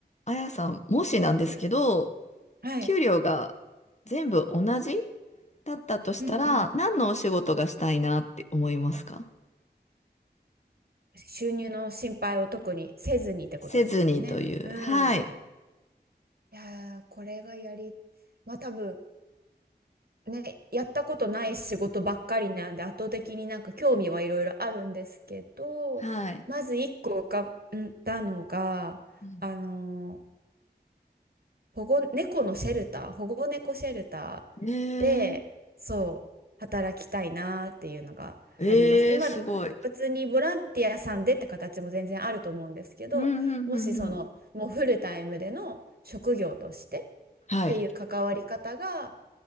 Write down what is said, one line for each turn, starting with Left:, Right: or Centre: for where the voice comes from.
Left: あやさん、もしなんですけど、
Right: はい。
Left: 給料が全部同じだったとしたら、
Right: うんうん。
Left: 何のお仕事がしたいなって思いますか
Right: 収入の心配を特にせずにってことですよね。
Left: せずにという。
Right: うん。
Left: はい。
Right: いやー、これがやり、まあ多分、ね、やったことない仕事ばっかりなんで圧倒的になんか興味はいろいろあるんですけどまず一個浮かんだのがあの
Left: はい。うん
Right: 保護、猫のシェルター、保護猫シェルタ
Left: ね
Right: ーで、そう、働きたいなっていうのがありますね今でも普通にボランティアさんでって形も全然あると思うんですけど、
Left: えー、ええすごい。うん、うん、
Right: もしその、
Left: うん、うん。
Right: もうフルタイムでの職業として
Left: はい。
Right: っていう関わり方が、